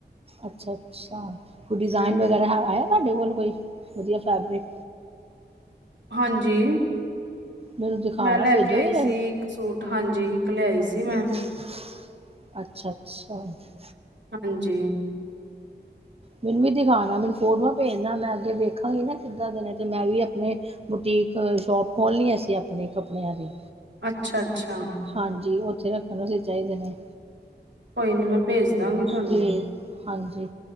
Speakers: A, on the right (about 35°); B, on the right (about 85°).
A: ਅੱਛਾ ਅੱਛਾ ਕੋਈ ਡਿਜ਼ਾਇਨ
B: ਹਮ
A: ਵਗੈਰਾ ਹੈ ਆਇਆ ਤੁਹਾਡੇ ਕੋਲ ਕੋਈ ਵਧੀਆ ਫੈਬਰਿਕ?
B: ਹਾਂਜੀ
A: ਮੈਨੂੰ ਦਿਖਾਣਾ
B: ਮੈਂ ਲੈ
A: ਭੇਜੋਗੇ
B: ਕੇ ਆਈ ਸੀ ਇੱਕ ਸੂਟ ਹਾਂਜੀ ਇੱਕ ਲਿਆਈ ਸੀ।
A: ਅੱਛਾ
B: ਮੈਂ
A: ਅੱਛਾ, ਅੱਛਾ
B: ਹਾਂਜੀ,
A: ਮੈਨੂੰ ਵੀ ਦਿਖਾਉਣਾ ਮੈਨੂੰ ਫੋਟੋਆਂ ਭੇਜਨਾ ਮੈਂ ਅੱਗੇ ਵੇਖਾਂਗੀ ਨਾ ਕਿੱਦਾਂ ਦੇ ਨੇ ਤੇ ਮੈਂ ਵੀ ਆਪਣੇ ਬੁਟੀਕ ਸ਼ੋਪ ਖੋਲਣੀ ਅਸੀਂ ਆਪਣੇ ਕੱਪੜਿਆਂ ਦੀ
B: ਅੱਛਾ ਅੱਛਾ, ਅੱਛਾ
A: ਹਾਂਜੀ ਉੱਥੇ ਰੱਖਣ ਵਾਸਤੇ ਚਾਹੀਦੇ ਨੇ
B: ਕੋਈ ਨੀ, ਮੈਂ ਭੇਜ ਦਾਂਗੀ ਤੁਹਾਨੂੰ।
A: ਤੇ ਹਾਂਜੀ,